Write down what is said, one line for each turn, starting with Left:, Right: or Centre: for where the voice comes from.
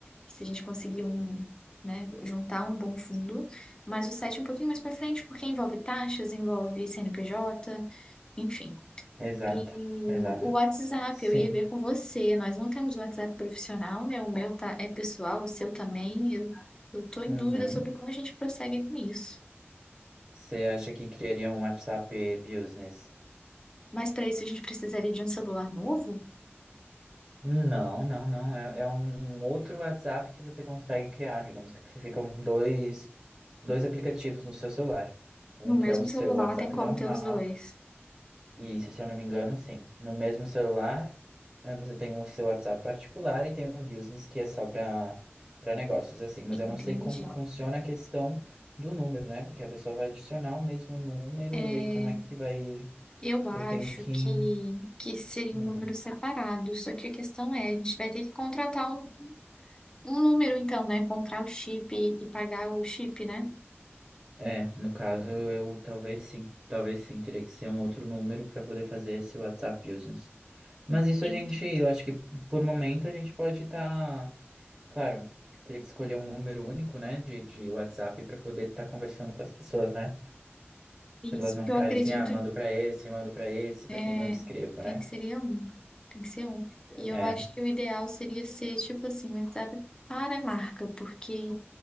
Left: se a gente conseguir um, né, juntar um bom fundo. Mas o site é um pouquinho mais para frente, porque envolve taxas, envolve CNPJ, enfim.
Right: Exato,
Left: E
Right: exato.
Left: o WhatsApp,
Right: Sim.
Left: eu ia ver com você. Nós não temos WhatsApp profissional, né? O meu tá, é pessoal, o seu também. Eu, eu tô em
Right: Uhum.
Left: dúvida sobre como a gente prossegue com isso.
Right: Você acha que criaria um WhatsApp Business?
Left: Mas para isso a gente precisaria de um celular novo?
Right: Não, não, não. É, é um um outro WhatsApp que você consegue criar. Digamos que ficam dois, dois aplicativos no seu celular. Um
Left: No mesmo
Right: que é o seu
Left: celular
Right: WhatsApp
Left: tem como
Right: normal,
Left: ter os dois.
Right: e se eu não me engano, sim. No mesmo celular, eh, você tem o seu WhatsApp particular e tem o Business, que é só para para negócios, assim. Mas
Left: Entendi.
Right: eu não sei como funciona a questão do número, né? Porque a pessoa vai adicionar o mesmo número,
Left: É,
Right: e aí como é que vai.
Left: eu acho
Right: Eu tenho que.
Left: que, que seria
Right: Hum,
Left: um número separado. Só que a questão é, a gente vai ter que contratar um, um número, então, né? Comprar o chip e, e pagar o chip, né?
Right: É, no caso, eu talvez sim, talvez sim, teria que ser um outro número para poder fazer esse WhatsApp Business. Mas isso
Left: Entendi.
Right: a gente, eu acho que por momento a gente pode estar, claro, teria que escolher um número único, né, de, de WhatsApp para poder estar conversando com as pessoas, né?
Left: Isso,
Right: Para elas não
Left: porque
Right: ficarem
Left: eu acredito
Right: assim, ah, mando para esse, mando para esse,
Left: É,
Right: para quem eu escrevo,
Left: tem
Right: né?
Left: que ser um, tem que ser um. E eu
Right: É,
Left: acho que o ideal seria ser, tipo assim, um WhatsApp para a marca, porque